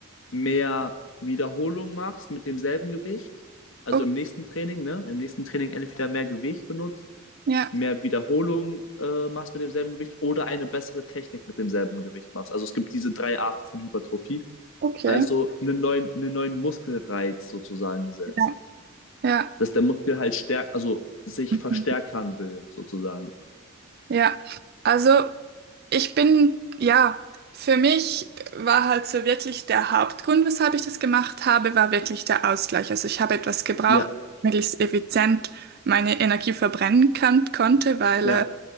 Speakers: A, on the left; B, on the right.
A: mehr Wiederholung machst mit demselben Gewicht, also
B: okay,
A: im nächsten Training, ne? Im nächsten Training entweder mehr Gewicht benutzt,
B: ja,
A: mehr Wiederholung äh, machst mit demselben Gewicht oder eine bessere Technik mit demselben Gewicht machst. Also es gibt diese drei Arten von Hypertrophie.
B: okay,
A: Also einen neuen, einen neuen Muskelreiz sozusagen setzt.
B: ja, ja.
A: Dass der Muskel halt stärk, also sich
B: Mhm.
A: verstärkern will, sozusagen.
B: Ja, also ich bin, ja, für mich war halt so wirklich der Hauptgrund, weshalb ich das gemacht habe, war wirklich der Ausgleich. Also ich habe etwas gebraucht,
A: Ja,
B: möglichst effizient meine Energie verbrennen kann, konnte, weil,
A: ja,
B: äh,